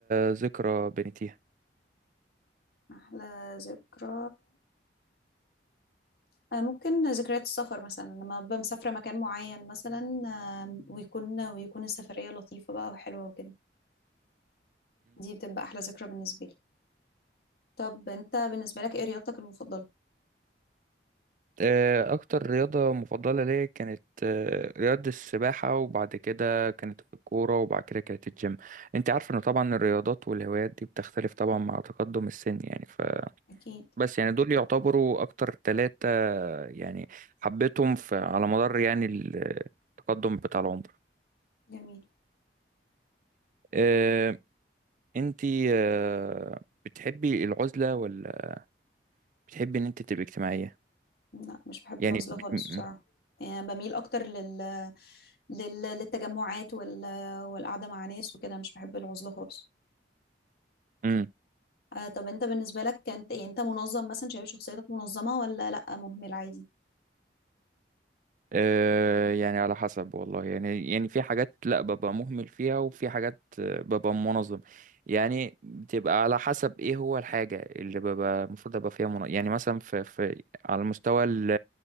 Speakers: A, on the right (about 45°); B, on the left (about 55°).
A: ذكرى بنيتيها
B: أحلى ذكرى آه، ممكن ذكريات السفر مثلا لما ببقى مسافرة مكان معين مثلا آه، ويكون ويكون السفرية لطيفة بقى وحلوة وكده دي بتبقى أحلى ذكرى بالنسبة لي طب أنت بالنسبة لك إيه رياضتك المفضلة؟
A: آه، أكتر رياضة مفضلة ليا كانت آه، رياضة السباحة وبعد كده كانت الكورة وبعد كده كانت الجيم أنت عارف إن طبعا الرياضات والهوايات دي بتختلف طبعا مع تقدم السن يعني
B: أكيد
A: فبس يعني دول يعتبروا أكتر ثلاثة يعني حبيتهم في على مدار يعني التقدم بتاع العمر
B: جميل
A: آه، أنت آه، بتحبي العزلة ولا بتحبي إن أنت تبقي اجتماعية؟
B: لا مش بحب
A: يعني
B: العزلة
A: بت...
B: خالص
A: م-
B: بصراحة يعني بميل أكتر لل... لل... للتجمعات وال... والقعدة مع ناس وكده مش بحب العزلة خالص
A: م-
B: آه طب أنت بالنسبة لك كانت يعني أنت منظم مثلا شايف شخصيتك منظمة ولا لأ مهمل عادي؟
A: آه، يعني على حسب والله يعني يعني في حاجات لا ببقى مهمل فيها وفي حاجات آه، ببقى منظم يعني بتبقى على حسب ايه هو الحاجة اللي ببقى المفروض ابقى فيها منظم يعني مثلا في, في على المستوى ال-